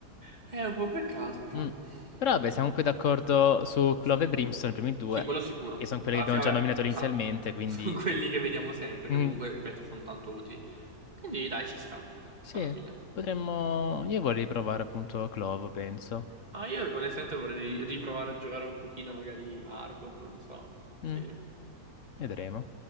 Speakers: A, on the right; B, on the left.
A: È un po' un peccato, però.
B: Mm.
A: Mm,
B: Però vabbè, siamo qui d'accordo su Clove
A: sì.
B: e Brimstone, i primi due,
A: Sì, quello sicuro.
B: che sono quelli
A: Alla
B: che abbiamo
A: fine,
B: già
A: vabbè,
B: nominato inizialmente,
A: esatto. <laughs>
B: quindi...
A: Sono quelli che vediamo sempre,
B: Mm.
A: che comunque, ripeto, sono tanto utili. Quindi, dai, ci sta.
B: Sì,
A: Alla fine.
B: potremmo... Io vorrei provare appunto Clove, penso.
A: Ah, io onestamente vorrei ri- riprovare a giocare un pochino, magari Arbor, non so.
B: Mm,
A: Sì.
B: Vedremo.